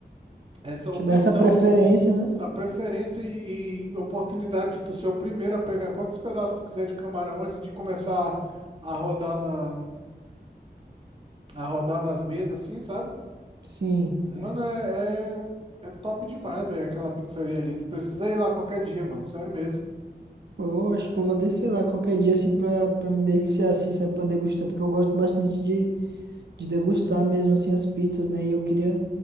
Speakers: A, on the right; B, on the right.
A: essa opção,
B: Te dá essa preferência,
A: pô,
B: né?
A: essa preferência e, e oportunidade de tu ser o primeiro a pegar quantos pedaços tu quiser de camarão antes de começar a rodar, na, a rodar nas mesas, assim, sabe?
B: Sim.
A: Mano, é, é, é top demais, velho, aquela pizzaria ali. Tu precisa ir lá qualquer dia, mano, sério mesmo.
B: Pô, acho que eu vou descer lá qualquer dia assim pra, pra me deliciar assim, sabe? Pra degustar, porque eu gosto bastante de de degustar mesmo assim as pizzas, né? E eu queria